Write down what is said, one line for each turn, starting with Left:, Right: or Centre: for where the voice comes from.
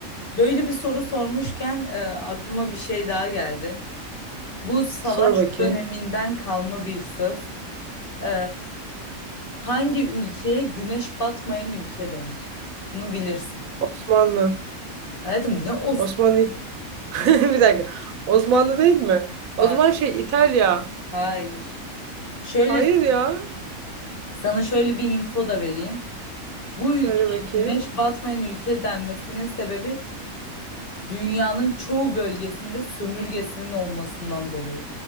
Left: Böyle bir soru sormuşken e, aklıma bir şey daha geldi. Bu savaş
Right: Sor bakayım.
Left: döneminden kalma bir söz. E, hangi ülkeye güneş batmayan ülke denir? Bunu bilirsin.
Right: Osmanlı.
Left: Hayatım ne olsun?
Right: Osmanlı. <laughs> Bir dakika. Osmanlı değil mi?
Left: Ha-
Right: O zaman şey İtalya.
Left: Hayır. Şöyle
Right: Hayır ya.
Left: sana şöyle bir info da vereyim. Bu
Right: Söyle
Left: ülkeye
Right: bakayım.
Left: güneş batmayan ülke denmesinin sebebi dünyanın çoğu bölgesinde sömürgesinin olmasından dolayı.